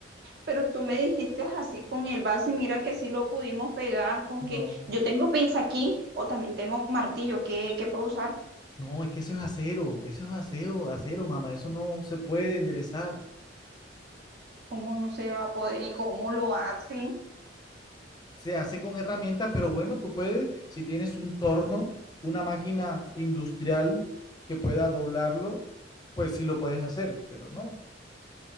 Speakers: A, on the right; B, on the left.
A: Pero tú me dijiste así con el vaso y mira que sí lo pudimos pegar con
B: No,
A: que yo tengo pinza aquí o también tengo martillo ¿Qué qué puedo usar.
B: no, es que eso es acero, eso es acero, acero, mamá. Eso no se puede enderezar.
A: ¿Cómo no se va a poder y cómo lo hacen?
B: se hace con herramientas, pero bueno, tú puedes, si tienes un torno, una máquina industrial que pueda doblarlo, pues sí lo puedes hacer, pero no.